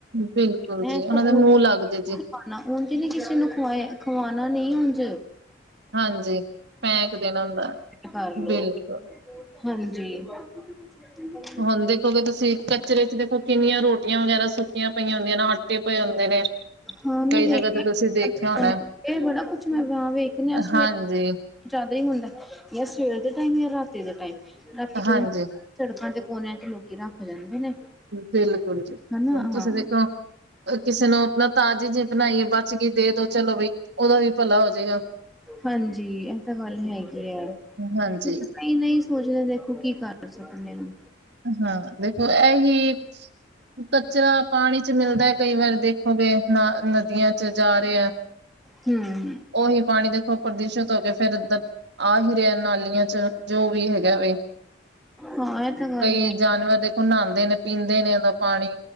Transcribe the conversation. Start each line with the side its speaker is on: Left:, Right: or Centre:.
Right: ਬਿਲਕੁਲ
Centre: ਮੈਂ
Right: ਜੀ ਉਹਨਾਂ
Centre: ਪਰ
Right: ਦੇ
Centre: ਉ
Right: ਮੂੰਹ ਲੱਗਦੇ ਜੀ।
Centre: ਖਵਾਣਾ ਉੱਝ ਨੀ ਕਿਸੇ ਨੂੰ ਖਵਾਏ ਖਵਾਣਾ ਨਹੀਂ। ਉਂਝ
Right: ਹਾਂਜੀ ਪੈਂਕ ਦੇਣਾ ਹੁੰਦਾ।
Centre: ਕਰ ਲੋ
Right: ਬਿਲਕੁਲ
Centre: ਹਾਂਜੀ। ਹ।
Right: ਹੁਣ ਦੇਖੋਗੇ। ਤੁਸੀਂ ਕਚਰੇ ਚ ਦੇਖੋ ਕਿੰਨੀਆਂ ਰੋਟੀਆਂ ਵਗੈਰਾ ਸੁੱਕੀਆਂ ਪਈਆਂ ਹੁੰਦੀਆਂ ਨੇ। ਆਟੇ ਪਏ ਹੁੰਦੇ ਨੇ।
Centre: ਹਾਂ ਮੈਂ
Right: ਕਈ
Centre: ਵੇਖ
Right: ਜਗ੍ਹਾ ਤੇ ਤੁਸੀਂ ਦੇਖਿਆ ਹੋਣਾ,
Centre: ਬੜਾ ਕੁੱਛ ਮੈਂ ਵੇਖਦੇ ਆਂ। ਸਵੇਰੇ
Right: ਹਾਂਜੀ,
Centre: ਜ਼ਿਆਦਾ ਹੀ ਹੁੰਦਾ ਜਾਂ ਸਵੇਰ ਦੇ ਟਾਈਮ ਜਾਂ ਰਾਤੀ ਦੇ ਟਾਈਮ ਰਾਤੀ
Right: ਹਾਂਜੀ
Centre: ਕੋਈ। ਸੜਕਾਂ ਤੇ ਕੋਨਿਆਂ ਚ ਲੋਕੀ ਰੱਖ ਜਾਂਦੇ ਨੇ।
Right: ਬਿਲਕੁਲ ਬਿਲਕੁਲ
Centre: ਹਨਾ
Right: ਹੁਣ
Centre: ਹਾਂ
Right: ਤੁਸੀਂ ਦੇਖੋ। ਕਿਸੇ ਨੂੰ ਆਪਣਾ ਤਾਜ਼ੇ ਜਾ ਬਣਾਈਏ ਬਚ ਗਈ ਦੇ ਦੋ ਚਲੋ ਬਈ। ਉਹਦਾ ਵੀ ਭਲਾ ਹੋਜੇਗਾ।
Centre: ਹਾਂਜੀ। ਇਹ ਤਾਂ ਗੱਲ ਹੈਗੀ ਆਂ।
Right: ਹਾਂਜੀ।
Centre: ਕਈ ਨਹੀਂ ਸੋਚਦੇਂ ਦੇਖੋਂ ਕੀ ਕਰ ਸਕਦੇ ਹਾਂ।
Right: ਹਾਂ। ਦੇਖੋ ਇਹੀ ਕਚਰਾ ਪਾਣੀ ਚ ਮਿਲਦਾ। ਕਈ ਵਾਰ ਦੇਖੋਂਗੇ ਨਾਂ ਨਦੀਆਂ ਚ ਜਾ ਰਿਹਾ।
Centre: ਹਮ।
Right: ਸੀ। ਪਾਣੀ ਦੇਖੋ ਪ੍ਰਦੂਸ਼ਿਤ ਹੋ ਕੇ ਫੇਰ ਇਹ ਆਹੀ ਰਿਆ ਨਾਲੀਆਂ ਚ ਜੋ ਵੀ ਹੈਗਾ ਵੇ।
Centre: ਹਾਂ ਇਹ ਤਾਂ। ਗੱਲ
Right: ਕਈ
Centre: ਹੈ
Right: ਜਾਨਵਰ ਦੇਖੋ 'ਨਹਾਉਂਦੇ ਨੇ। ਪੀਂਦੇ ਨੇ ਉਹਦਾ ਪਾਣੀ।